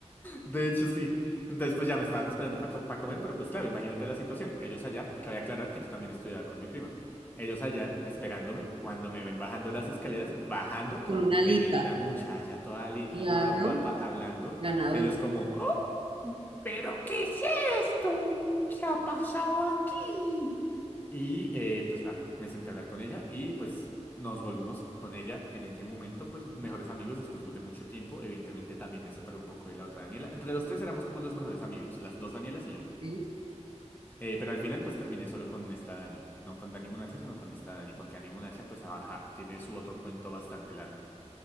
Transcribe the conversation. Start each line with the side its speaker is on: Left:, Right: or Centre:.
Left: De hecho, sí. Entonces, pues ya me estaban esperando para comer, pero pues claro, imagínate la situación. Ellos allá, cabe aclarar que yo también estudiaba con mi prima. Ellos allá, esperándome, cuando me ven bajando las escaleras, bajando con
Right: con una
Left: tremenda
Right: lita.
Left: muchacha, toda linda,
Right: Claro.
Left: toda guapa, hablando.
Right: Ganador.
Left: Ellos como, "Oh, ¿pero qué es esto? ¿Qué ha pasado aquí? Y eh, pues nada, me senté a hablar con ella y pues nos volvimos con ella en ese momento, pues mejores amigos después de mucho tiempo. Evidentemente también me separé un poco de la otra Daniela. Entre los tres éramos como los mejores amigos, las dos Danielas y yo.
Right: ¿sí?
Left: Eh, pero al final pues terminé solo con esta Dani. No con Dani Monacha, sino con esta Dani, porque Dani Monacha pues ajá, tiene su otro cuento bastante largo.